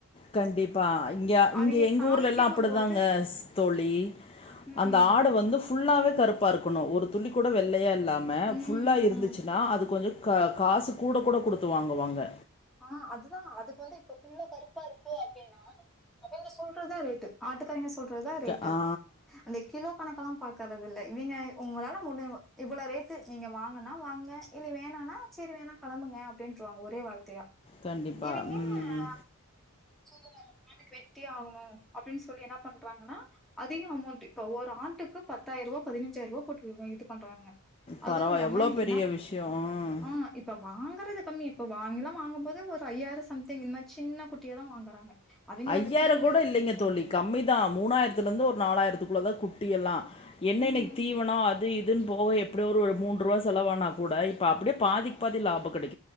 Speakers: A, on the left; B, in the centre.
A: கண்டிப்பா இங்க இங்க
B: அவிங்க
A: எங்க
B: சாமிக்குங்கும்
A: ஊர்ல எல்லாம் அப்படிதாங்க
B: போது
A: தோழி
B: ம்
A: அந்த ஆடு வந்து ஃபுல்லாவே கருப்பா இருக்கணும் ஒரு துளி கூட வெள்ளையா இல் இல்லாம
B: ம்
A: புல்லா இருந்துச்சுன்னா
B: ம்
A: அது கொஞ்சோ க காசு கூட கூட குடுத்து வாங்குவாங்க
B: ஆஹ் அதுதான் அதுக்கு வந்து இப்ப ஃபுல்லா கருப்பா இருக்கு அப்படின்னா அவய்ங்க சொல்றதுதான் ரேட்டு ஆட்டுக்காரங்க சொல்றதான் ரேட்டு
A: க ஆ
B: அந்த கிலோ கணக்கெல்லாம் பாக்கறது இல்ல இவய்ங்க உங்களால முடி இவளோ ரேட்டு நீங்க வாங்கனா வாங்க இல்ல வேணானா சரி வேணா கிளம்புங்க அப்டின்னு வாங்க ஒரே வார்த்தையா
A: கண்டிப்பா.
B: இவிங்க
A: ம்.
B: ஆ சொல்லுங்க நாங்க சாமிக்கு வெட்டியே ஆகணும் அப்டின்னு சொல்லி என்ன பண்றாங்கன்னா அதிக அமௌண்ட் இப்ப ஒரு ஆண்டுக்கு பத்தாயிரம் ரூபா பதினஞ்சாயிரம் ரூபா போட்ட இதுக் பண்றாங்க
A: பரவா
B: அதுவும் இல்லாம
A: எவ்ளோ பெரிய
B: என்னாப்
A: விஷயம். ம்.
B: ஆஹ இப்ப வாங்கறது கம்மி இப்ப வாங்கலாம் வாங்கும் போது ஒரு ஐயாயிரம் சம்திங் இந்த மாரி சின்ன குட்டிய தான் வாங்குறாங்க அவிங்க
A: ஐயாயிரம்
B: அந்த பில்லு
A: கூட இல்லைங்க தோழி கம்மி தான் மூணாயிரத்தல இருந்து ஒர் நாலாயிரத்துக்குள்ள தான் குட்டி எல்லாம் என்ன
B: ம்
A: இன்னிக்கு தீவன அது இது இப்போ எப்படியோ ஒரு மூன்று ரூபா செலவானா கூட இப்ப அப்பிடியே பாதிக்கு பாதி லாபம் கடை